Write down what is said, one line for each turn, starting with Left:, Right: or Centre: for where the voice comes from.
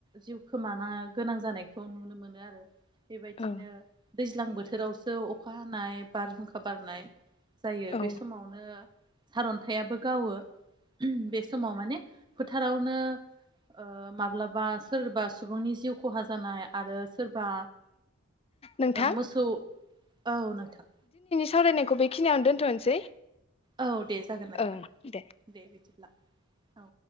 Right: जिउ खोमानो गोनां जानायखौ नुनो मोनो आरो। बेबायदिनो
Left: औ
Right: दैज्लां बोथोरावसो अखा हानाय बारहुंखा बारनाय जायो
Left: औ
Right: बे समावनो सारन्थायाबो गावो। बे समाव माने फोथारावनो ओ माब्लाबा सोरबा सुबुंनि जिउ खहा जानाय आरो सोरबा
Left: नोंथां
Right: मोसौ औ नोंथां।
Left: सावरायनायखौ बेखिनियावनो दोनथ'नोसै।
Right: औ दे जागोन नोंथां
Left: ओं दे
Right: दे बिदि ब्ला औ